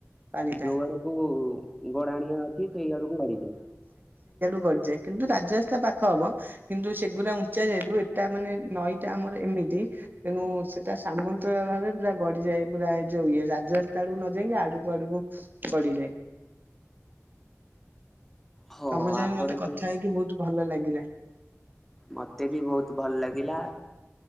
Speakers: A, on the right; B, in the centre.
A: ପାଣିଟା।
B: ଯୋଉ ଆଡକୁ ଗଡାଣିଆ ଅଛି ସେଇ ଆଡକୁ ବାଡିଯାଏ।
A: ଡିଯାଏ କିନ୍ତୁ ରାଜରାସ୍ତା ପାଖ ହବ। କିନ୍ତୁ ସେଗୁା ଉଚା ଯେହତୁ ଏଟା ମାନେ ନଈଟା ଆମର ଏମି ତି ତେଣୁ ସେଟା ସାମନ୍ତ ଭାରେ ପୁରା ଗଡିଯାଏ ପୁରା ଯୋଉ ଇଏ ରାଜରାସ୍ତା ଆ ନ ଯାଇକି ଆ ଆଡୁ ଆଡକୁ ଗଡିଯାଏ।
B: ହୋ
A: ତମ ସହିତ
B: ଆପଣଙ୍କୁ
A: ମତେ କଥା ହେଇକି ବୋହୁତ ଭଲ ଲାଗିଲା।
B: ମତେ ବି ବୋହୁତ ଭଲ ଲାଗିଲା।